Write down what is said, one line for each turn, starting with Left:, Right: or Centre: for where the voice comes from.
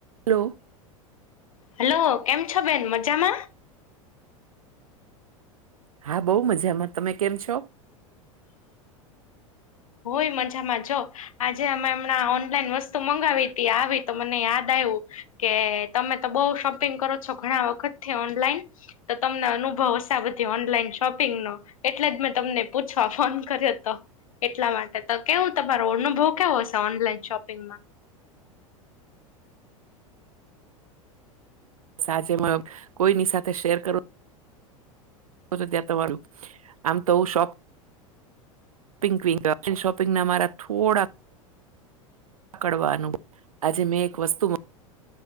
Right: હલો.
Left: હલો કેમ છો બેન મજામાં.
Right: હા બહુ મજામાં તમે કેમ છો.
Left: હોય મજામાં જો. આજે અમે એમણા ઓનલાઈન વસ્તુ મંગાવી હતી આવી તો મને યાદ આવ્યું. કે તમે તો બઉ શોપિંગ કરો છો ઘણા વખત થી ઓનલાઈન. તો તમને અનુભવ હશે બધી ઓનલાઈન શોપિંગ નો. એટલે જ મેં તમને પૂછવા ફોન કર્યો હતો. એટલા માટે તો કેવું તમારો અનુભવ કેવો હશે ઓનલાઈન શોપિંગમાં.
Right: સાજે મા કોઈની સાથે શેર કરું. ત્યાં તમારું આમરુ આમ તો શોખ. <unintelligible> શોપિંગ ના અમારા થોડા. કડવા અનુભવ આજે મેં એક વસ્તુ.